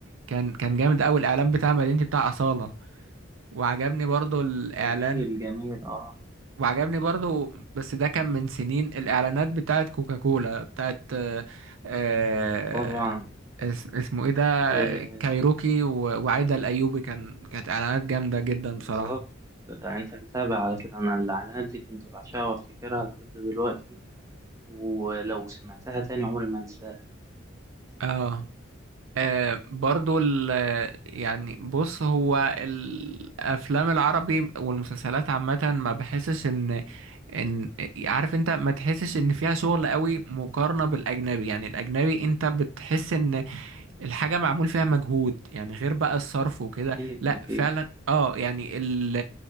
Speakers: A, on the right (about 80°); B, on the right (about 15°).
A: كان كان جامد أوي الإعلان بتاع مدينتي بتاع أصالة وعجبني برضو الإعلان
B: جميل جميل آه
A: وعجبني برضو بس ده كان من سنين الإعلانات بتاعت كوكاكولا بتاعت آه، آه،
B: طبعا
A: اس- اسمه ايه ده
B: آه
A: كايروكي و- وعايدة الأيوبي كان كانت إعلانات جامدة جدا
B: بالظبط
A: بصراحة
B: ده أنت متابع على كده أنا الإعلانات دي كنت بعشقها وأفتكرها لحد دلوقتي ولو سمعتها تاني عمري ما أنساها
A: اه آه، برضو ال يعني بص هو الافلام العربي والمسلسلات عامه ما بحسش ان ان عارف انت ما تحسش ان فيها شغل قوي مقارنه بالاجنبي يعني الاجنبي انت بتحس ان الحاجة معمول فيها مجهود يعني غير بقى الصرف وكده
B: أكيد
A: لا
B: أكيد
A: فعلا اه يعني ال-